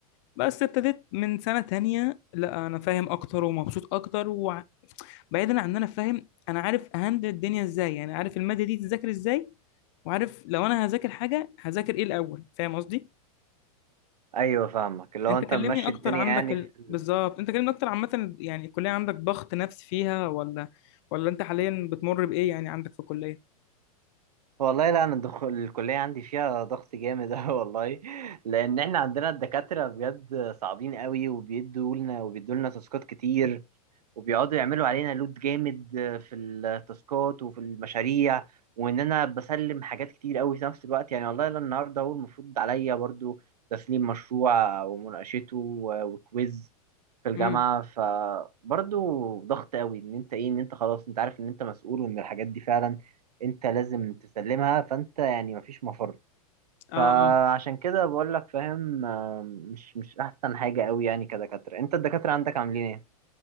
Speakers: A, on the left; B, on the right.
A: بس ابتديت من سنة تانية لأ أنا فاهم أكتر ومبسوط أكتر وبعيدا عن إن أنا فاهم أنا عارف أهندل الدنيا إزاي يعني عارف المادة دي تذاكر إزاي وعارف لو أنا هذاكر حاجة هذاكر إيه الأول فاهم قصدي
B: ايوه فاهمك اللي
A: انت
B: هو انت
A: كلمني
B: ممشي
A: اكتر
B: الدنيا
A: عندك
B: يعني
A: ال...
B: في
A: بالظبط انت كلمني اكتر عامه يعني الكليه عندك ضغط نفسي فيها ولا ولا انت حاليا بتمر بايه يعني عندك في الكليه
B: والله لا انا دخول الكليه عندي فيها ضغط جامد <laughs> أوي والله لان احنا عندنا الدكاتره بجد صعبين قوي وبيدوا لنا وبيدوا لنا تاسكات كتير وبيقعدوا يعملوا علينا لود جامد في التاسكات وفي المشاريع وان انا بسلم حاجات كتير قوي في نفس الوقت يعني والله لا النهارده هو المفروض عليا برضو تسليم مشروع ومناقشته و- وكويز في الجامعه
A: امم
B: فبرضو ضغط قوي ان انت ايه ان انت خلاص انت عارف ان انت مسؤول وان الحاجات دي فعلا انت لازم تسلمها فانت يعني مفيش مفر فعشان
A: اه آه.
B: كده بقول لك فاهم آه، مش مش احسن حاجه قوي يعني كدكاتره انت الدكاتره عندك عاملين ايه